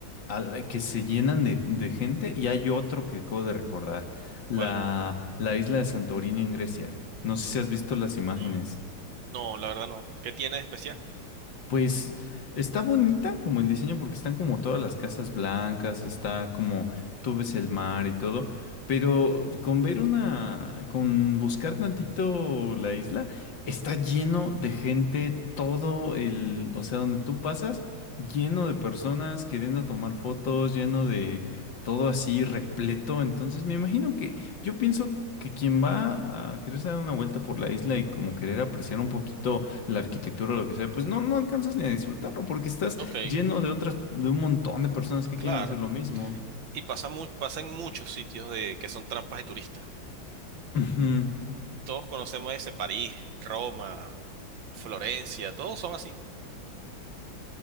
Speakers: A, on the left; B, on the right.
A: al- que se llenan de, de gente y hay otro que acabo de recordar, la,
B: ¿Cuál?
A: la isla de Santorini en Grecia. No sé si has visto las imágenes.
B: Mm, No, la verdad no. ¿Qué tiene de especial?
A: Pues está bonita como el diseño porque están como todas las casas blancas, está como tú ves el mar y todo, pero con ver una, con buscar tantito la isla, está lleno de gente, todo el, o sea, donde tú pasas, lleno de personas queriendo tomar fotos, lleno de todo así repleto, entonces me imagino que yo pienso que quien va a quererse dar una vuelta por la isla y como querer apreciar un poquito la arquitectura o lo que sea, pues no, no alcanzas ni a disfrutarlo porque estás
B: Ok,
A: lleno de otras, de un montón de personas que
B: claro.
A: quieren hacer lo mismo.
B: Y pasa, mu- pasa en muchos sitios de que son trampas de turistas.
A: Ujú.
B: Todos conocemos ese París, Roma, Florencia, todos son así.